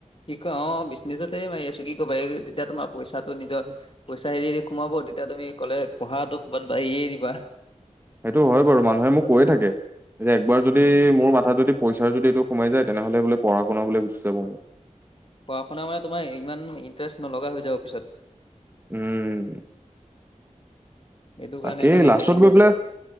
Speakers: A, on the left; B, on the right.
A: কি কয় অঁ' বিজনেছতে মাৰি আছো কি ক'বা এই যেতিয়া তোমাৰ পইচাটো নিজৰ- পইচা এৰি এৰি সোমাব, তেতিয়া তুমি ক'লে পঢ়াতো ক'বাত বা এৰিয়ে দিবা।
B: সেইটো হয় বাৰু, মানুহে মোক কৈয়ে থাকে। যে একবাৰ
A: উম
B: যদি মোৰ মাথাত যদি- পইচাৰ যদি এইটো সোমাই যায়, তেনেহ'লে বোলে পঢ়া শুনা বুলে গুচি যাব মোৰ।
A: পঢ়া শুনা মানে তোমাৰ ইমান ইণ্টেৰেষ্ট নলগা হৈ যাব পিছত।
B: উম'
A: সেইটো কাৰণে
B: তাকেই,
A: মানে
B: লাষ্টত
A: হেৰি হৈ
B: গৈ পেলাই,
A: যায় আৰু